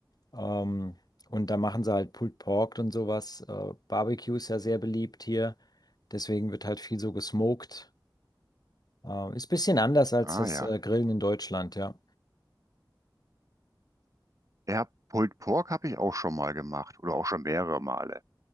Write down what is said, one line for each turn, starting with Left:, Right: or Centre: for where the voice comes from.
Left: Ähm, und da machen sie halt Pulled Pork und sowas. Äh, Barbecue ist ja sehr beliebt hier. Deswegen wird halt viel so gesmoked. Äh, ist ein bisschen anders als
Right: Ah
Left: das
Right: ja.
Left: äh, Grillen in Deutschland, ja.
Right: Ja, Pulled Pork habe ich auch schon mal gemacht oder auch schon mehrere Male.